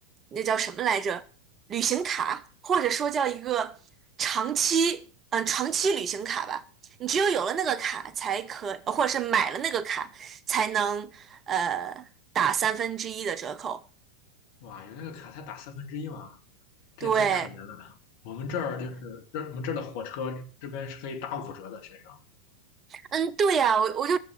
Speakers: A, on the right; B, on the left.
A: 那叫什么来着？旅行卡，或者说叫一个长期，嗯、长期旅行卡吧。你只有有了那个卡，才可，或者是买了那个卡，才能呃打三分之一的折扣。
B: 哇，有那个卡才打三分之一吗？这也太可怜了呢。
A: 对，
B: 我们这儿就是这儿我们这儿的火车这边是可以打五折的，学生。
A: 嗯，对呀，我我就